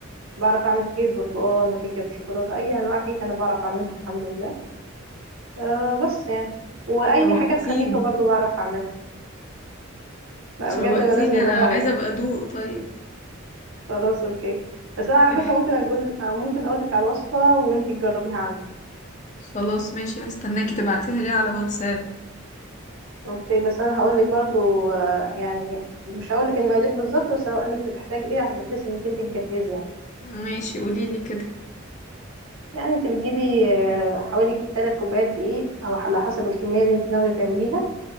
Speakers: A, on the right; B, on the left.
A: بعرف اعمل كيك برتقال وكيكه بالشوكولاته اي انواع كيك انا بعرف اعملها الحمد لله أه بس يعني واي
B: شوقتيني
A: حاجات خفيفه برضو بعرف اعملها لا،
B: شوقتيني
A: بجد انا لازم ادوقك
B: انا عايزة ابقى ادوق طيب
A: خلاص اوكي بس انا على
B: <laughs>
A: فكره ممكن اقول ممكن اقول لك على الوصفه وانتي تجربيها عندي
B: خلاص ماشي هستناكي تبعتيها لي على واتساب
A: اوكي بس انا هقول لك برضو آه، يعني مش هقول لك المقادير بالظبط بس هقول لك بتحتاج ايه بحيث انك انت تجهزي يعني
B: ماشي قوليلي كده
A: يعني انت بتجيبي آه، حوالي 3 كوبايات دقيق او على حسب الكميه اللي انت ناويه تعمليها